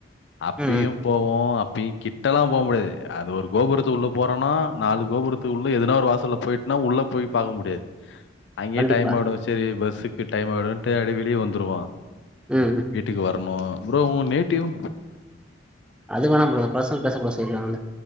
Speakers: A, on the left; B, in the centre.
A: அப்பியும்
B: ம்
A: போவோ அப்பி கிட்டல்லா போ முடியாது அது ஒரு கோபுரத்துக்குள்ள போறோனா நாலு கோபுரத் உள்ள எதனா ஒரு வாசல்ல போய்ட்னா உள்ள போய் பாக்க முடியாது அங்யே
B: கண்டிப்பா
A: டைம் ஆய்டும் செரி பஸ்ஸுக் டைம் ஆய்டுண்டே அப்டியே வெளிய வந்துருவோ
B: ம் ம்
A: வீட்டுக்கு வரணு ப்ரோ உங்க நேட்டிவ்
B: அது வேணா ப்ரோ அது பர்சனல் பேச கூடாது சொல்லிருக்காங்கல்ல